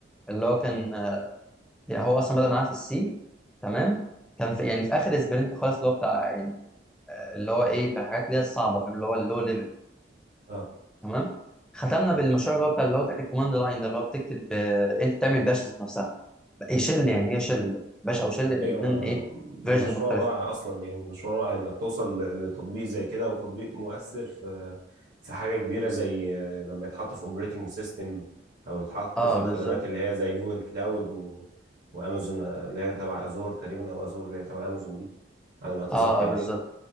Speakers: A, in the centre; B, on the right.
A: اللي هو كان آه، يعني هو اصلا بدأ معانا في السي تمام كان في يعني في اخر سبرنت خالص اللي هو بتاع يعني آه، اللي هو ايه بتاع الحاجات اللي هي الصعبه فاهم اللي هو اللو ليفل
B: اه
A: تمام ختمنا بالمشروع اللي هو بتاع اللي هو بتاع الكوماند لاين ده اللي هو بتكتب آه، انت بتعمل باش ذات نفسها ايه شيل يعني هي شيل باش او شيل الاثنين
B: ايوه
A: ايه
B: مشروع
A: فيرجنز مختلفه
B: رائع اصلا يعني مشروع رائع انك توصل ل- لتطبيق زي كده وتطبيق مؤثر في في حاجة كبيرة زي آه، لما يتحط في اوبريتنج سيستم او يتحط
A: اه
B: في الخدمات
A: بالظبط
B: اللي هي زي جوجل كلاود و... وامازون آه، اللي هي تبع ازور تقريبا او ازور اللي هي تبع امازون دي على ما اتذكر
A: اه اه بالظبط
B: يعني